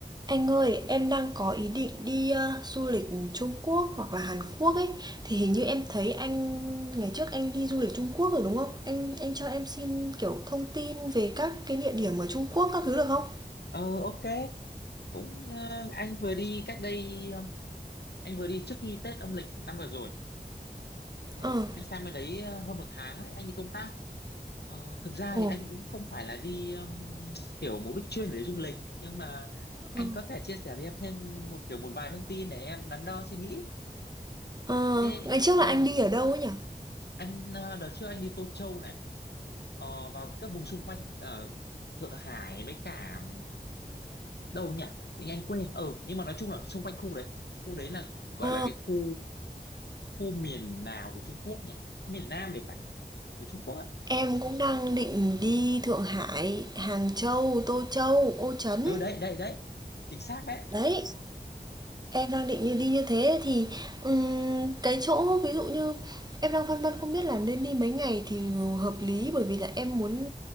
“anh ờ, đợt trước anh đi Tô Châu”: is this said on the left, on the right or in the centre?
Left